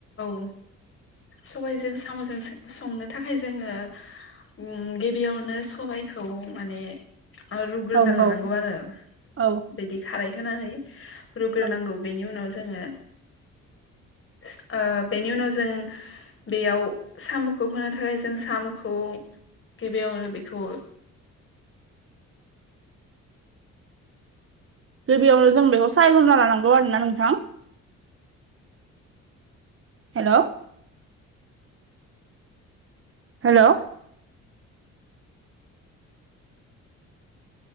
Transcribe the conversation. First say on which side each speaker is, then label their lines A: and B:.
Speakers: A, on the left; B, on the right.
A: औ सबायाइजों साम'जों संनो थाखाय जोङो उम गिबियावनो सबाइखौ माने रुग्रोना
B: औ
A: लानांगौ
B: औ
A: आरो
B: औ
A: बिदि खारै होनानै रुग्रोनांगौ
B: औ
A: बेनि उनाव जोङो ओ बेनि उनाव जों बेयाव साम'खौ होनो थाखाय जों साम'खौ गिबियावनो बेखौ
B: गिबियावनो जों बेखौ सायग्रोना लानांगौ आरोना नोंथां हेलौ हेलौ